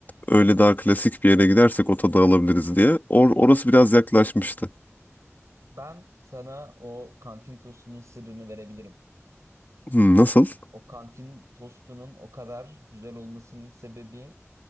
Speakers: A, on the left; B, on the right.
A: öyle daha klasik bir yere gidersek o tadı alabiliriz diye. Or orası biraz yaklaşmıştı.
B: Ben sana o kantin tostunun sırrını verebilirim.
A: Hmm, nasıl?
B: O kantin tostunun o kadar güzel olmasının sebebi